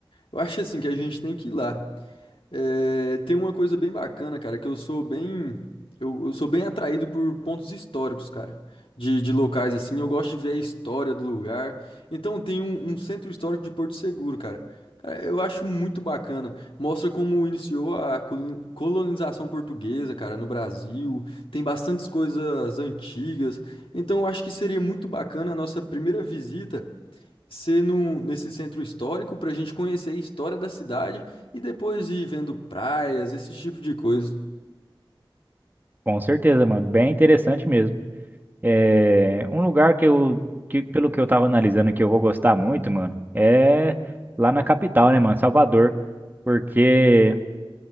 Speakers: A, on the left; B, on the right.
A: eu acho assim que a gente tem que ir lá. É, tem uma coisa bem bacana, cara, que eu sou bem, eu, eu sou bem atraído por pontos históricos, cara, de, de locais assim. Eu gosto de ver a história do lugar. Então tem um, um centro histórico de Porto Seguro, cara. Cara, eu acho muito bacana. Mostra como iniciou a colo- colonização portuguesa, cara, no Brasil. Tem bastantes coisas antigas. Então eu acho que seria muito bacana a nossa primeira visita ser num, nesse centro histórico para a gente conhecer a história da cidade e depois ir vendo praias, esse tipo de coisa.
B: Com certeza, mano. Bem interessante mesmo. É, um lugar que eu, que, pelo que eu tava analisando, que eu vou gostar muito, mano, é lá na capital, né, mano? Salvador. Porque.